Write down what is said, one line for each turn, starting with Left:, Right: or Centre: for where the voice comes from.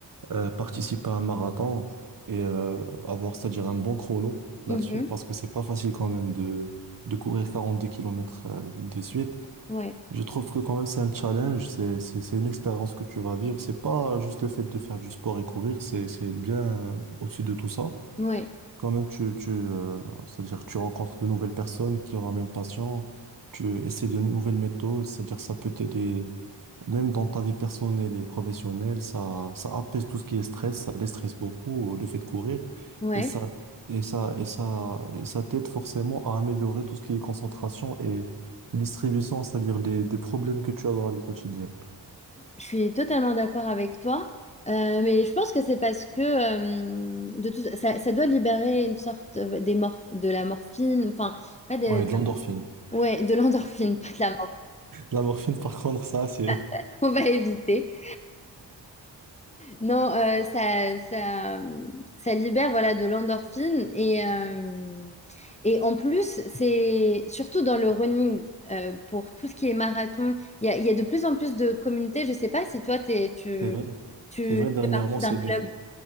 Right: euh, participer à un marathon et euh, avoir, c'est-à-dire un bon chrono là-dessus,
Left: Mhm.
Right: parce que c'est pas facile quand même de, de courir 42 kilomètres euh, de suite.
Left: Ouais.
Right: Je trouve que quand même c'est un challenge, c'est, c'est, c'est une expérience que tu vas vivre. C'est pas juste le fait de faire du sport et courir, c'est, c'est bien euh, au-dessus de tout ça.
Left: Ouais.
Right: Quand même, tu, tu, euh, c'est-à-dire tu rencontres de nouvelles personnes qui ont la même passion, tu essaies de nouvelles méthodes, c'est-à-dire ça peut t'aider même dans ta vie personnelle et professionnelle, ça, ça apaise tout ce qui est stress, ça déstresse beaucoup euh, le fait de courir
Left: Ouais.
Right: et ça, et ça, et ça, et ça t'aide forcément à améliorer tout ce qui est concentration et distribution, c'est-à-dire des, des problèmes que tu as dans la vie quotidienne.
Left: Je suis totalement d'accord avec toi. Euh, mais je pense que c'est parce que euh, de tout, ça, ça doit libérer une sorte euh, des morph- de la morphine, enfin, pas de,
Right: Ouais, de l'endorphine.
Left: ouais, de l'endorphine, <laughs> pas de la morphine,
Right: La morphine, par contre, ça, c'est,
Left: <laughs> on va éviter. Non, euh, ça, ça, ça libère voilà de l'endorphine et, euh, et en plus, c'est surtout dans le running, euh, pour tout ce qui est marathon, il y a, il y a de plus en plus de communautés. Je ne sais pas si toi, t'es, tu,
Right: c'est vrai.
Left: tu
Right: C'est vrai, dernièrement,
Left: fais partie d'un
Right: c'est
Left: club.
Right: de...